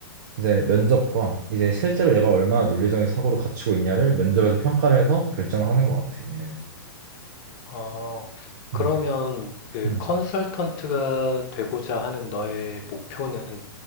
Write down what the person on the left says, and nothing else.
어, 그러면
그
컨설턴트가 되고자 하는 너의 목표는